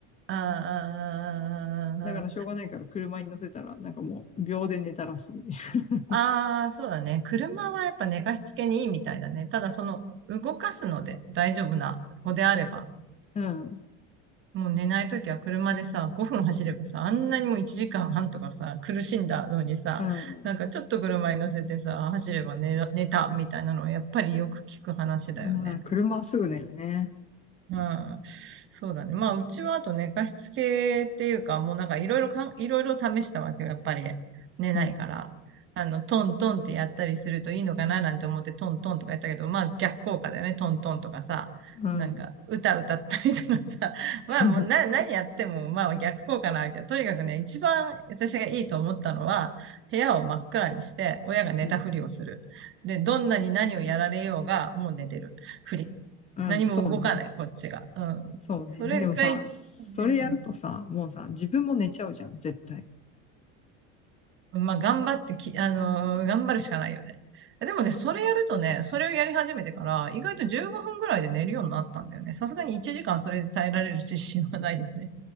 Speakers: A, on the right (about 35°); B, on the left (about 20°).
A: ああ、
B: だからしょうがないから車に乗せたら、
A: あ
B: なんかもう秒で寝たらしい。<laughs>
A: あ、ああ、そうだね。車はやっぱ寝かしつけにいいみたいだね。ただその動かすので大丈夫な子であれば
B: うん、
A: もう寝ないときは車でさ、5分走ればさ、あんなにもう1時間半とかさ、苦しんだのにさ、
B: うん、
A: なんかちょっと車に乗せてさ、走れば寝ら、寝たみたいなのはやっぱりよく聞く話だよね。
B: うん、車はすぐ寝るね。
A: まあ、そうだね。まあ、うちはあと寝かしつけっていうか、もうなんかいろいろかん、いろいろ試したわけよ。やっぱり寝ないから。
B: うん、
A: あの、トントンってやったりするといいのかななんて思ってトントンとかやったけど、まあ逆効果だよね。トントンとかさ。
B: うん、
A: なんか、歌歌ったりとかさ。<laughs> まあもうな、
B: う
A: 何やっても、まあ逆効果なわけよ。とにかくね、一番私がいいと思ったのは、部屋を真っ暗にして、親が寝たふりをする。
B: ん、
A: で、どんなに何をやられようが、もう寝てるふり。
B: うんそうね。
A: 何も動かない、こっちが。うん。
B: そうね。
A: それが一番寝るかな。
B: でもさ、それやるとさ、もうさ、自分も寝ちゃうじゃん、絶対。
A: うん。まあ、頑張ってき、あのー頑張るしかないよね。でもね、それやるとね、それをやり始めてから、意外と15分ぐらいで寝るようになったんだよね。さすがに1時間それで耐えられる自信はないよね。